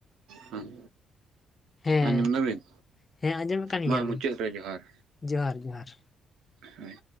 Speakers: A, on the right; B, on the left.
A: ᱦᱟᱸᱜ
B: ᱦᱮᱸ
A: ᱟᱸᱡᱚᱢ ᱫᱟᱹᱵᱤᱱ
B: ᱦᱮᱸ ᱟᱸᱡᱚᱢᱮᱫ ᱠᱟᱱ
A: ᱢᱟ
B: ᱜᱮᱭᱟᱞᱤᱧ
A: ᱢᱩᱪᱟᱹᱫ ᱨᱮ ᱡᱚᱦᱟᱨ
B: ᱡᱚᱦᱟᱨ ᱡᱚᱦᱟᱨ
A: ᱦᱳᱭ